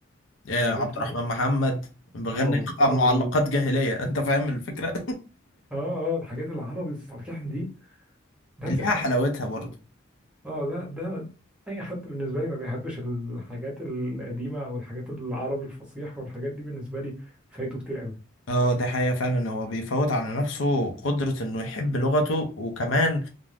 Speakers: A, on the left; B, in the centre.
A: يا
B: الحاجات
A: عبد
B: بتاعت
A: الرحمن محمد بغني
B: اه الطرب
A: معلقات
B: ال...
A: جاهلية <laughs> انت فاهم الفكرة
B: اه اه الحاجات العربي الصحيح دي ده
A: <laughs> ليها
B: سحر
A: حلاوتها برضه
B: اه لا ده اي حد بالنسبة لي ما بيحبش الحاجات القديمة او الحاجات العربي الفصيح والحاجات دي بالنسبة لي فايته كتير قوي
A: اه ده حقيقة فعلا هو بيفوت على نفسه قدرة انه يحب لغته وكمان